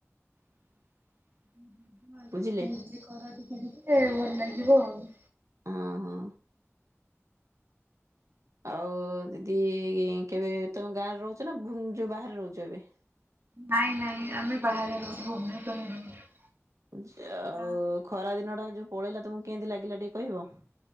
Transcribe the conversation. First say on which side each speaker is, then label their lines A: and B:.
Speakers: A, on the right; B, on the right.
A: ହୁଁ ଖରା ଟିକେ
B: ବୁଝିଲେ
A: ହୋଇଥିଲେ ଭଲ ଲାଗିବ ।
B: ହଁ ହଁ। ଆଉ ଦିଦି କେବେ ତମ ଗାଁରେ ରହୁଛ ନା ଯୋଉ ବାହାରେ ରହୁଛ ଏବେ?
A: ନାଇଁ ନାଇଁ ଆମେ ବାହାରେ ରହୁଛୁ ଭୁବନେଶ୍ୱର ରେ ରହୁଛୁ।
B: ଜାହୋଉ
A: ଗାଁ
B: ଖରା ଦିନ ଟା ଯୋଉ ପଳେଇଲା ତମକୁ କେମିତି ଲାଗିଲା ଟିକେ କହିବ?